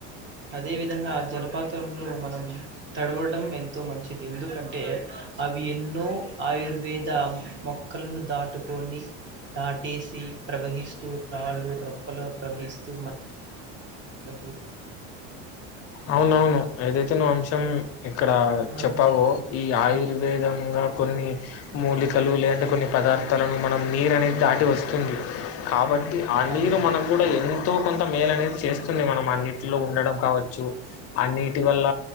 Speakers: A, on the right; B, on the left.
A: అదే విధంగా జలపాతంలో మనం తడవడం ఎ మంచిది ఎందుకంటే అవి ఎన్నో ఆయుర్వేద మొక్కలను దాటుకు కొని దాటేసి ప్రవహిస్తూ రాళ్ళు రొప్పలు ప్రవహిస్తూ నాకు
B: అవునవును ఏదైతే నువ్వు అంశం
A: ఎంతో
B: ఇక్కడ
A: మంచి
B: చెప్పావో ఈ ఆయుర్వేదంగాగా
A: ఆ
B: కొన్ని మూలికలు లేదంటే కొన్ని పదార్థాలను మనం నీరు అనేది దాటి వస్తుంది కాబట్టి ఆ
A: అవును
B: నీరు మనకు కూడా ఎంతో కొంత మేలు అనేది చేస్తుంది మనం అన్నింటిలో ఉండడం కావచ్చు అన్నిటి వల్ల